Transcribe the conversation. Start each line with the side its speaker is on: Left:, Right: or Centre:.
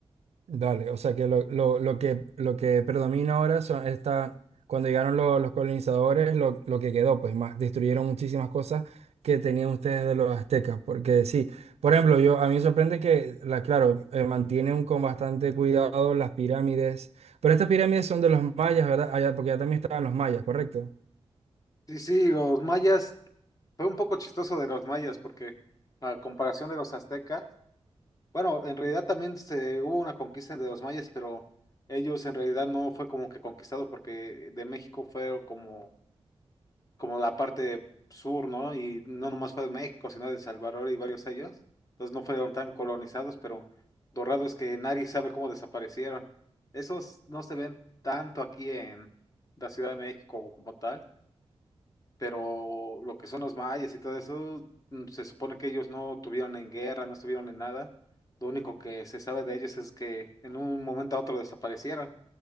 Right: Dale, o sea que lo, lo- lo que lo que predomina ahora son esta, cuando llegaron lo- los colonizadores, lo, lo que quedó, pues más, destruyeron muchísimas cosas que tenían ustedes de los aztecas, porque sí, por ejemplo, yo a mí me sorprende que, la, claro, eh, mantienen con bastante cuidado las pirámides, pero estas pirámides son de los mayas, ¿verdad? Allá, porque ya también estaban los mayas, ¿correcto?
Left: Sí, sí, los mayas, fue un poco chistoso de los mayas, porque a comparación de los aztecas, bueno, en realidad también se, hubo una conquista de los mayas, pero ellos en realidad no fue como que conquistados, porque de México fue como como la parte sur, ¿no? Y no nomás fue de México, sino de Salvador y varios ellos. Entonces no fueron tan colonizados, pero lo raro es que nadie sabe cómo desaparecieron. Esos no se ven tanto aquí en la Ciudad de México como tal, pero lo que son los mayas y todo eso, mm, se supone que ellos no tuvieron en guerra, no estuvieron en nada. Lo único que se sabe de ellos es que en un momento a otro desaparecieron.